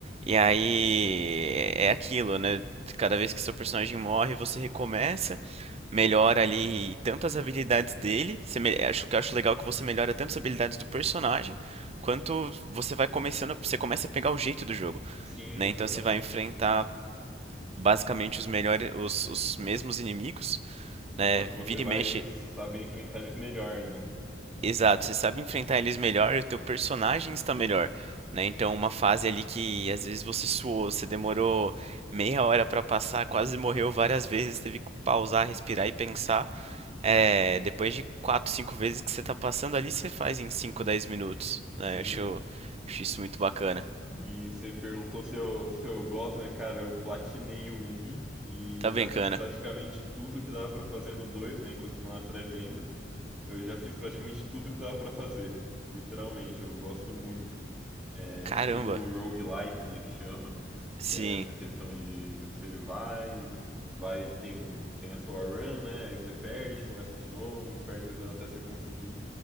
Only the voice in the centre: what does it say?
<laughs> Sim,
exatamente.
Só que você
vai
saber enfrentar eles melhor, né?
Sim.
E você perguntou se eu, se eu gosto, né? Cara, eu platinei o 1 e
já fiz praticamente tudo que dava pra fazer no dois né? Enquanto tá na pré-venda. Eu já fiz praticamente tudo que dava pra fazer. Literalmente, eu gosto muito. É
estilo roguelike, né? Que chama.
Que é essa questão de você vai, vai, tem, tem a sua run, né? Aí você perde, começa de novo, perde até você conseguir.